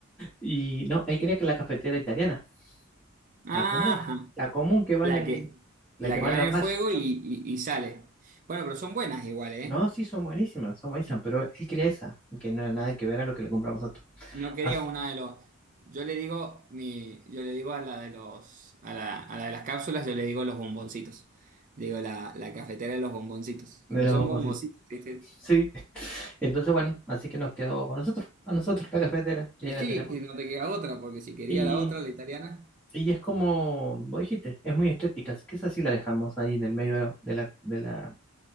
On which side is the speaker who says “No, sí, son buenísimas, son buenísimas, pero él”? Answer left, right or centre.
Centre